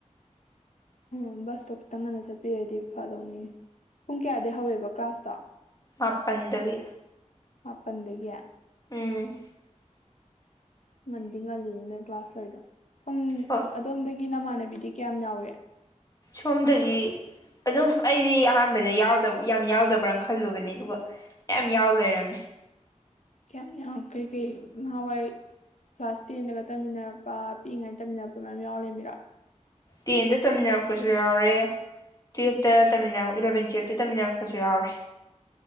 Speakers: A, on the left; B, on the left.
A: ꯎꯝ ꯕꯁꯇꯣ ꯈꯤꯇꯪ ꯉꯟꯅ ꯆꯠꯄꯤꯔꯗꯤ ꯐꯗꯧꯅꯤ ꯄꯨꯡ ꯀꯌꯥꯗ ꯍꯧꯋꯦꯕ ꯀ꯭ꯂꯥꯁꯇꯣ
B: ꯃꯥ ꯄꯟꯗꯨꯕꯤ
A: ꯃꯥꯄꯟꯗꯒꯤ
B: ꯎꯝ
A: ꯃꯟꯗꯤ ꯉꯜꯂꯤꯅꯤ ꯅꯣꯏ ꯀ꯭ꯂꯥꯁ ꯑꯣꯏꯗꯣ ꯁꯣꯨꯝ
B: ꯍꯣꯏ
A: ꯑꯗꯣꯝꯗꯒꯤ ꯅꯃꯥꯟꯅꯕꯤꯗꯤ ꯀꯌꯥꯝ ꯌꯥꯎꯏꯦ
B: ꯁꯣꯝꯗꯗꯤ ꯑꯗꯨꯝ ꯑꯩꯗꯤ ꯑꯍꯥꯟꯕꯗ ꯌꯥꯎꯗꯕ ꯌꯥꯝ ꯌꯥꯎꯗꯕ꯭ꯔꯅ ꯈꯜꯂꯨꯕꯅꯦ ꯑꯗꯨꯒ ꯌꯥꯝ ꯌꯥꯎ ꯂꯩꯔꯝꯃꯤ
A: ꯀꯌꯥ ꯀꯩꯀꯩ ꯅꯋꯥꯏ ꯀ꯭ꯂꯥꯁ ꯇꯦꯟꯗꯒ ꯇꯝꯃꯤꯟꯅꯔꯛꯄ ꯄꯤꯛꯏꯉꯥꯏꯅ ꯇꯝꯃꯤꯟꯅꯛꯄ ꯃꯌꯥꯝ ꯌꯥꯎꯔꯦ ꯃꯤꯔꯣ
B: ꯇꯦꯟꯗ ꯇꯝꯃꯤꯟꯅꯔꯛꯄꯁꯨ ꯌꯥꯎꯔꯦ ꯇꯨꯌꯦꯜꯞꯇ ꯇꯝꯃꯤꯟꯅꯔꯛ ꯏꯂꯕꯦꯟ ꯇꯨꯌꯦꯜꯞꯇ ꯇꯝꯃꯤꯟꯅꯔꯛꯄꯁꯨ ꯌꯥꯎꯔꯦ